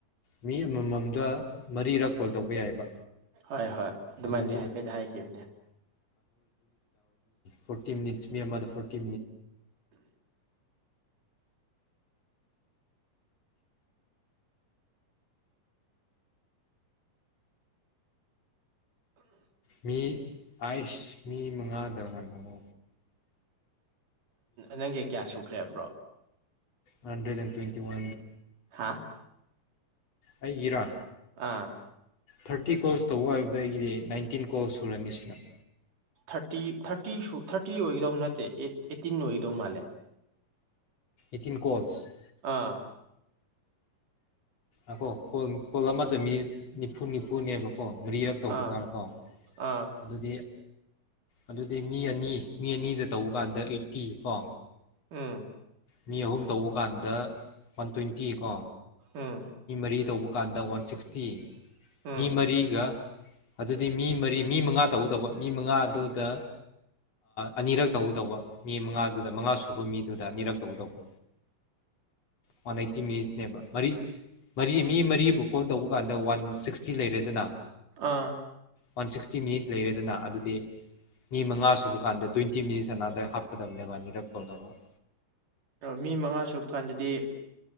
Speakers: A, on the left (about 50°); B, on the right (about 75°).
A: ꯃꯤ ꯑꯃꯃꯝꯗ ꯃꯔꯤꯔꯛ ꯀꯣꯜ ꯇꯧꯕ ꯌꯥꯏꯑꯕ
B: ꯍꯣꯏ ꯍꯣꯏ ꯑꯗꯨꯃꯥꯏꯅꯗꯤ
A: ꯑꯗꯨꯗꯤ
B: ꯍꯥꯏꯐꯦꯠ ꯍꯥꯏꯈꯤꯕꯅꯦ
A: ꯐꯣꯔꯇ ꯃꯤꯠ ꯃꯤ ꯑꯃꯗ ꯐꯇ ꯃꯤ ꯑꯥꯏꯁ ꯃꯤ ꯃꯉꯥꯗ ꯉꯅ
B: ꯅꯪꯒꯤ ꯀꯌꯥ ꯁꯨꯈ꯭ꯔꯦꯕ꯭ꯔꯣ
A: ꯍꯟꯦ꯭ꯋꯦꯟ ꯋꯥ
B: ꯍꯥꯥ
A: ꯑꯩ ꯍꯔꯥ
B: ꯑꯥ
A: ꯊꯥꯔꯇꯤ ꯀꯣꯔꯣꯁ ꯇꯧꯕ ꯍꯥꯏꯕꯗꯨ ꯑꯩꯒꯤꯗꯤ ꯏꯟꯇꯤꯟ ꯀꯣ ꯁꯨꯔꯅꯤꯁꯅ
B: ꯊꯥꯔꯇꯤ ꯊꯥꯔꯇꯤꯁꯨ ꯊꯥꯔꯇꯤ ꯑꯣꯏꯒꯗꯧ ꯅꯠꯇꯦ ꯑꯦꯠꯇꯤꯟ ꯑꯣꯏꯒꯗꯧ ꯃꯥꯜꯂꯦ
A: ꯏꯇꯤꯟ ꯀꯣꯜꯁ
B: ꯑꯥ
A: ꯑꯀꯣ ꯀꯣꯜ ꯀꯣꯜ ꯑꯃꯗ ꯃꯤ ꯅꯤꯐꯨ ꯅꯤꯐꯨꯅꯦꯕꯣ ꯀ ꯃꯔꯤꯔꯛ ꯇꯧꯕ
B: ꯑꯥ
A: ꯇꯥꯔꯦꯀꯣ
B: ꯑꯥ
A: ꯑꯗꯨꯗꯤ ꯑꯗꯨꯗꯤ ꯃꯤ ꯑꯅꯤ ꯃꯤ ꯑꯅꯤꯗ ꯇꯧꯕ ꯀꯥꯟꯗ ꯑꯩꯠꯇꯤ ꯀꯣ
B: ꯎꯝ
A: ꯃꯤ ꯑꯍꯨꯝ ꯇꯧꯕ ꯀꯥꯟꯗ ꯋꯥꯟ ꯇ꯭ꯋꯦꯟꯇꯤꯀꯣ
B: ꯎꯝ
A: ꯀꯔꯤ ꯇꯧꯕ ꯀꯥꯟꯗ ꯋꯥꯟ ꯁꯤꯛꯁꯇꯤ
B: ꯎꯝ
A: ꯃꯤ ꯃꯔꯤꯒ ꯑꯗꯨꯗꯤ ꯃꯤ ꯃꯔꯤ ꯃꯤ ꯃꯉꯥ ꯇꯧꯗꯧꯕ ꯃꯤ ꯃꯉꯥ ꯑꯗꯨꯗ ꯑꯅꯤꯔꯛ ꯇꯧ ꯇꯧꯕ ꯃꯤ ꯃꯉꯥꯗꯨꯗ ꯃꯉꯥ ꯁꯨꯕ ꯃꯤꯗꯨꯗ ꯑꯅꯤꯔꯛ ꯇꯧꯒꯗꯧꯕ
B: ꯃ
A: ꯋꯥꯟ ꯑꯩꯠꯇꯤ ꯃꯤꯅꯤꯠꯁꯅꯦꯕ ꯃ ꯃꯔꯤ ꯃꯤ ꯃꯔꯤꯕꯨ ꯀꯣꯜ ꯇꯧꯕ ꯀꯥꯟꯗ ꯋꯥꯟ ꯁꯤꯛꯁꯇꯤ ꯂꯩꯔꯦꯗꯅ
B: ꯑꯥ
A: ꯋꯥꯟ ꯁꯤꯛꯁꯇꯤ ꯃꯤꯅꯤꯠ ꯂꯩꯔꯦꯗꯅ ꯑꯗꯨꯗꯤ ꯃꯤ ꯃꯉꯥ ꯁꯨꯕ ꯀꯥꯟꯗ ꯇ꯭ꯋꯦꯟꯇꯤ ꯃꯤꯅꯤꯠꯁ ꯑꯅꯥꯗ ꯍꯥꯞꯀꯗꯕꯅꯦꯕ ꯑꯅꯤꯔꯛ ꯐꯣꯜ ꯇꯧꯔꯒ
B: ꯃꯤ ꯃꯉꯥ ꯁꯨꯕ ꯀꯥꯟꯗꯗꯤ